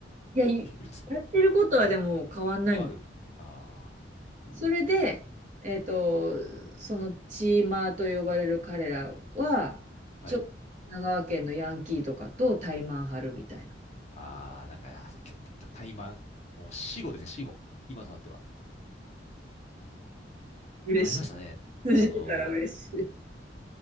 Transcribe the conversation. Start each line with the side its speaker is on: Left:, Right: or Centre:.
Right: いや、いやってることはでも変わんないん
Left: <laughs> 許せ。あわる。あ
Right: それで、えっと、そのチーマーと呼ばれる彼らは、
Left: あ。
Right: ちょっと神奈川県のヤンキーとかと対マン張るみたいな。
Left: はい。ああ、なんか、あーそう、け、た怠慢。もう死後ですね、死後。今となっては。
Right: 嬉しい。
Left: ありましたね。あの
Right: 通じるから嬉しい。